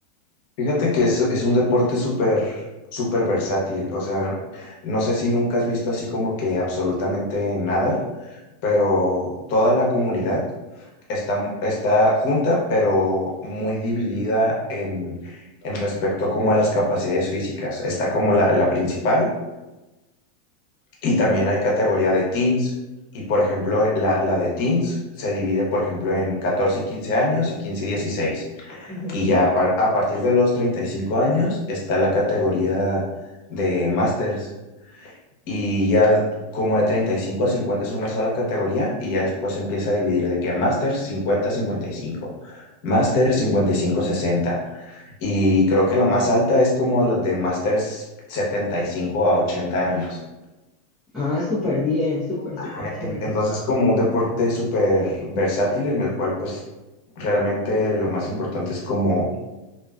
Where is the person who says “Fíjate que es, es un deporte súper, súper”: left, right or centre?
Left